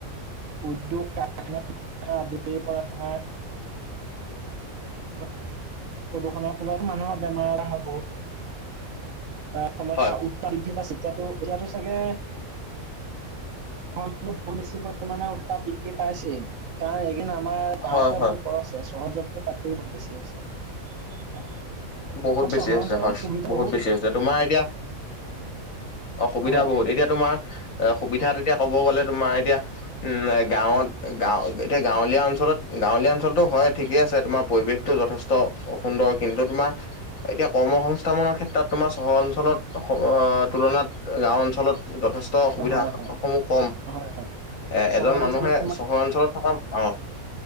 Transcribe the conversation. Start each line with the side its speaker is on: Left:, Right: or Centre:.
Right: উদ্যোগ, কাৰখানা- আদিৰ পৰা তোমাৰ <unintelligible> প্ৰদূষণৰ ফলত মানুহৰ বেমাৰ-আজাৰ হয় বহুত। তাৰ ফলত
Left: হয়
Right: <unintelligible> এয়াতো চাগে <unintelligible> আমাৰ গাঁৱতে <unintelligible>
Left: হয় হয়
Right: বহুত বেছি হৈছে।
Left: বহুত
Right: বাকী
Left: বেছি
Right: চহৰ
Left: হৈছে
Right: অঞ্চলৰ
Left: হয়,
Right: সুবিধা
Left: বহুত বেছি হৈছে। তোমাৰ এতিয়া অ সুবিধা
Right: হয়
Left: বহুত, এতিয়া তোমাৰ সুবিধাত এতিয়া ক'ব গ'লে তোমাৰ এতিয়া উম গাঁৱত এতিয়া গাঁৱলীয়া অঞ্চল গাঁৱলীয়া অঞ্চলতটো হয় ঠিকে আছে, তোমাৰ পৰিৱেশটো যথেষ্ট সুন্দৰ, কিন্তু তোমাৰ এতিয়া কৰ্ম সংস্থাপনৰ ক্ষেত্ৰত তোমাৰ চহৰ অঞ্চলত তুলনাত গাঁও অঞ্চলত যথেষ্ট অসুবিধাস
Right: হয়, হয়,
Left: সমূহ কম।
Right: হয়, হয়।
Left: এ
Right: চহৰ
Left: এজন
Right: অঞ্চলত
Left: মানুহে চহৰ অঞ্চলত থকা অ।